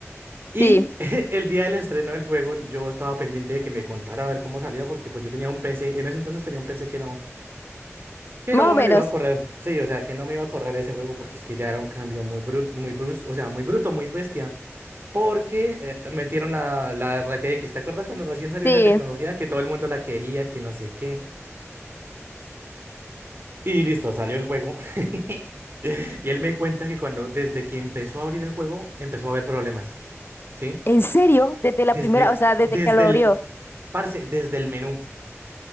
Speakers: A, on the right; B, on the left.
A: Y
B: Sí,
A: <laughs> el día del estreno del juego yo estaba pendiente de que me contara a ver cómo salía, porque pues yo tenía un PC, en ese entonces tenía un PC que no Que
B: más
A: no
B: o menos.
A: me lo iba a correr, sí, o sea, que no me iba a correr ese juego porque es que ya era un cambio muy bruto, muy brus- o sea, muy bruto, muy bestia, porque eh, metieron la, la RTX, ¿te acuerdas cuando recién salió
B: Sí.
A: esa tecnología que todo el mundo la quería, que no sé qué? Y listo, salió el juego. <laughs> Y él me cuenta que cuando, desde que empezó a abrir el juego, empezó a haber problemas, ¿sí?
B: ¿En serio? Desde la
A: Desde,
B: primera, o sea, desde
A: desde
B: que lo abrió.
A: el, parce, desde el menú,